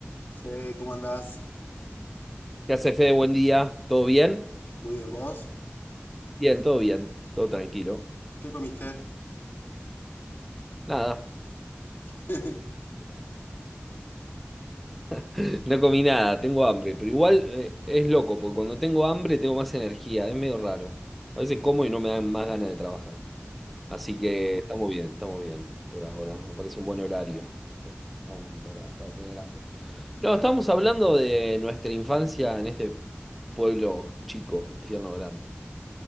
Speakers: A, on the left; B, in the centre.
A: Fede, ¿cómo andás?
B: ¿Qué hace Fede? Buen día. ¿Todo bien?
A: Muy bien, ¿vos?
B: Bien, todo bien. Todo tranquilo.
A: ¿Qué comiste?
B: Nada,
A: <laughs>
B: <laughs> no comí nada, tengo hambre. Pero igual eh, es loco, porque cuando tengo hambre tengo más energía. Es medio raro. A veces como y no me dan más ganas de trabajar. Así que estamos bien, estamos bien por ahora. Me parece un buen horario aún para, para tener hambre. No, estamos hablando de nuestra infancia en este pueblo chico, infierno grande.